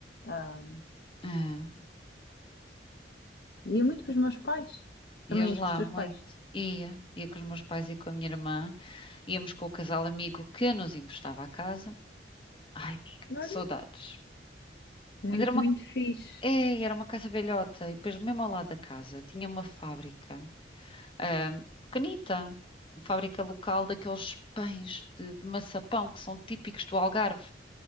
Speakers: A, on the left; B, on the left.
A: Ah,
B: Ah,
A: ia muito com os meus pais.
B: ias
A: Também ias
B: lá
A: com os teus
B: muito.
A: pais.
B: Ia, ia com os meus pais e com a minha irmã. Íamos com o casal amigo que nos emprestava a casa. Ai, amiga,
A: Olha,
B: que saudades.
A: muito,
B: Mas era uma,
A: muito fixe.
B: é, era uma casa velhota e depois mesmo ao lado da casa tinha uma fábrica, ahm, pequenita, uma fábrica local daqueles pães de, de maçapão que são típicos do Algarve.